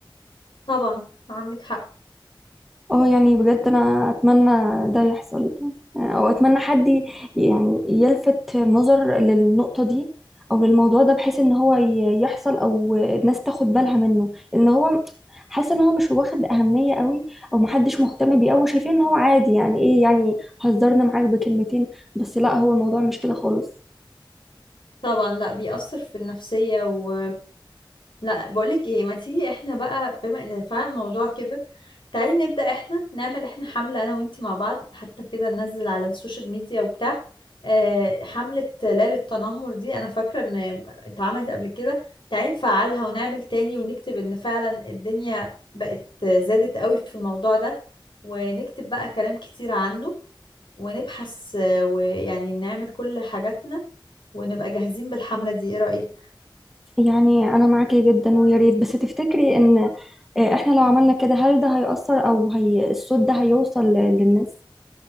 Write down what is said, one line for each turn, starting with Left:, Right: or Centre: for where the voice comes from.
Left: طبعا عندك حق
Centre: اه يعني بجد انا اتمنى ده يحصل او اتمنى حد ي- يعني يلفت نظر للنقطة دي او للموضوع ده بحيث ان هو ي- يحصل او الناس تاخد بالها منه لان هو حاسه ان هو مش واخد اهمية قوي او محدش مهتم بيه قوي شايفين ان هو عادي يعني ايه يعني هزرنا معاك بكلمتين بس لا هو الموضوع مش كده خالص
Left: طبعا لا بيأثر في النفسية و لا بقولك ايه ما تيجي احنا بقى بما ان فعلا الموضوع كبر تعالي نبدأ احنا نعمل احنا حملة انا وانتي مع بعض حتى كده ننزل على السوشيال ميديا وبتاع آه حملة ليلة التنمر دي انا فاكرة ان اتعملت قبل كده تعالي نفعلها ونعمل تاني ونكتب ان فعلا الدنيا بقت زادت قوي في الموضوع ده ونكتب بقى كلام كتير عنه ونبحث آه، ويعني نعمل كل حاجاتنا ونبقى جاهزين بالحملة دي ايه رأيك
Centre: يعني انا معاكي جدا ويا ريت بس تفتكري ان آه، احنا لو عملنا كده هل ده هيأثر او هي الصوت ده هيوصل للناس